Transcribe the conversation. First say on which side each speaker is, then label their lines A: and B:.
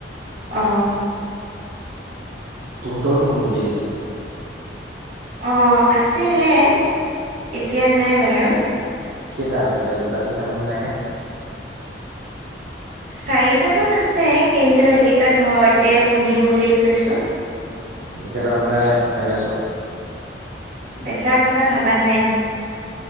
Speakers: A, on the right; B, on the right.
A: অঁ
B: তহঁতৰওতো মুৰ্গী আছিলে
A: অ আছিলে এতিয়া নাই বাৰু
B: কেইটা আছে এতিয়া দুটা তিনিটামান নাই নে?
A: চাৰিটামান আছে কিন্তু সেইকেইটা ঘৰতে পুহিম বুলি থৈছো। <inaudible>
B: কেইটাৰ মানে নেবেচ
A: বেচা কথা ভাবা নাই